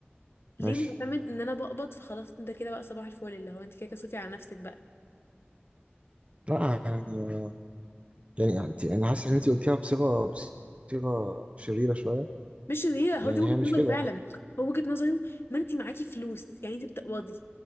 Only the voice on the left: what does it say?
ليه
معتمد ان انا بقبض فخلاص انت كده بقى صباح الفل اللي هو انت كده كده صرفي على نفسك بقى
مش هي
هو دي وجهة
نظره
فعلا
هو وجهة نظره ما انت معاكي فلوس يعني انت بتقبضي